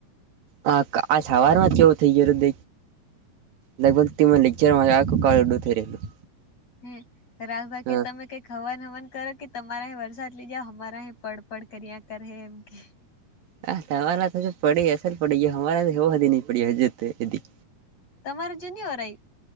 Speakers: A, on the right (about 75°); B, on the left (about 45°).
A: હ આજ હવાર માં કેવું થઈ ગયું દ લગભગ તે લેક્ચર મા આખું કાળડું થઈ રહેલું
B: હા રાહુલ ભાઈકેતમે
A: હા
B: કે ઈક હવન હવન કરો કે, તમારા અ વરસાદ લઇ જઓ. અમારા અ પડપડ કર્યા કરે એમ કે?
A: હા, તમારા તો હજુ પડી અસલ પડી ગયા, અમારા તો એવું નઈ પડી હજ.
B: તમારે જુનું હોય.